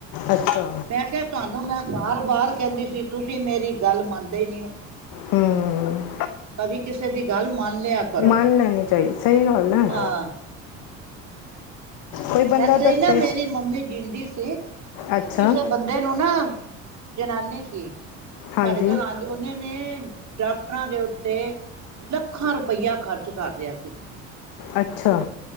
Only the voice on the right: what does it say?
ਮੈਂ ਕਿਹਾ ਤੁਹਾਨੂੰ, ਮੈਂ ਬਾਰ- ‌ਬਾਰ ਕਹਿੰਦੀ ਸੀ, ਤੁਸੀਂ ਮੇਰੀ ਗੱਲ ਮੰਨਦੇ ਨੀ ਹੋ।
ਕਦੀ ਕਿਸੇ ਦੀ ਗੱਲ ਮੰਨ ਲਿਆ ਕਰੋ
ਹਾਂ
ਐਸੇ
ਹੀ ਨਾ ਮੇਰੀ ਮੰਮੀ ਜਿੰਦੀ ਸੀ,
ਕਿਸੇ ਬੰਦੇ ਨੂੰ ਨਾਂ ਜਨਾਨੀ ਸੀ।
ਸਾਡੇ ਘਰਾਂ ਚ ਉਨੇ ਵੇ ਡਾਕਟਰਾਂ ਦੇ ਉੱਤੇ ਲੱਖਾਂ ਰੁਪਈਆ ਖ਼ਰਚ ਕਰ ਰਿਹਾ ਸੀ।